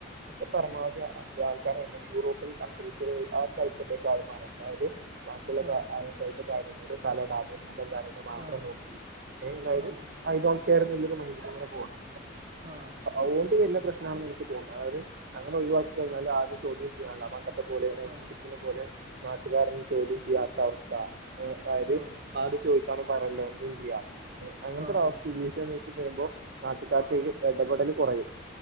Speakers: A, on the right; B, on the right.
A: ഇപ്പ പരമാവധി ആൾക്കാര യൂറോപ്യൻ കൺട്രീസിലു കളിച്ചിമാന അതായത് ബാക്കുള്ള
B: ആഹ്
A: കള കാര്യ തലട ന്ത കാര്യ മാത്രം
B: ആഹ്
A: നോക്കിയ എന്തായാലും
B: ആഹ്
A: ഐ ഡോണ്ട് കെയർ എന്ന മൈൻടിൽ ഇങ്ങനെ പോണ്
B: ആഹ
A: അതൊണ്ട് തന്ന പ്രശ്നണെന്ന് എനിക്ക് തോന്ന അതത് അങ്ങനെ ഒഴിവാക്ക കഴിഞ്ഞാ ആരും ചോത്യം ചെയ്യ അ പോലെ
B: ആഹ്
A: പോലെ നാട്ടുകാരൊന്നും ചോദ്യം ചെയ്യാത്ത അവസ്ഥ അതായത്
B: ആഹ്
A: ആരും ചോദിക്കാനും പറയല്ലോ എന്തും ചെയ്യാ അങ്ങനത്തെ
B: ആഹ്
A: ഒരു അവസ്ഥിതി വിശേ വരുമ്പോൾ നാട്ടുകാർക്ക്
B: ആഹ്
A: ഇടപെടൽ കുറയും